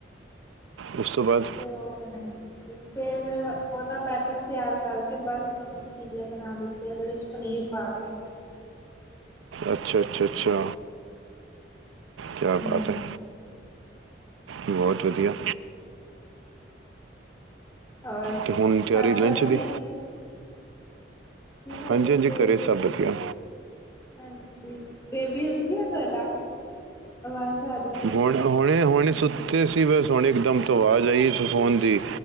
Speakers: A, on the right; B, on the left.
A: ਉਸ ਤੋਂ ਬਾਅਦ
B: ਤੇ ਉਹੋ ਬਣਾਈ ਫਿਰ ਉਹਦਾ ਬਟਰ ਤਿਆਰ ਕਰਕੇ ਬਸ ਉਹਨੂੰ ਚੀਲੇ ਬਣਾ ਦਿੱਤੇ ਉਹਦੇ ਵਿੱਚ ਪਨੀਰ ਪਾ ਕੇ।
A: ਅੱਛਾ-ਅੱਛਾ-ਅੱਛਾ। ਕਿਆ
B: ਹਾਂਜੀ
A: ਬਾਤ ਹੈ। ਬਹੁਤ ਵਧੀਆ।
B: ਹੋਰ
A: ਤੇ ਹੁਣ ਤਿਆਰੀ
B: ਘਰ
A: ਲੰਚ
B: ਸਭ
A: ਦੀ
B: ਠੀਕ ਨੇ। ਹਜੇ
A: ਹਾਂਜੀ ਹਾਂਜੀ
B: ਤੇ
A: ਘਰੇ ਸਭ ਵਧੀਆ।
B: ਹਾਂਜੀ ਬੇਬੀ ਉੱਠ ਗਿਆ ਤੁਹਾਡਾ, ਆਵਾਜ਼ ਆ ਰਹੀ ਹੈ
A: ਹੁਣ ਹਣੇ ਹਣੇ ਹੁਣੀ ਸੁੱਤੇ ਸੀ, ਬਸ ਹੁਣੇ ਇਕ ਦਮ ਤੋਂ ਆਵਾਜ਼ ਆਈ ਉਸ ਫੋਨ ਦੀ,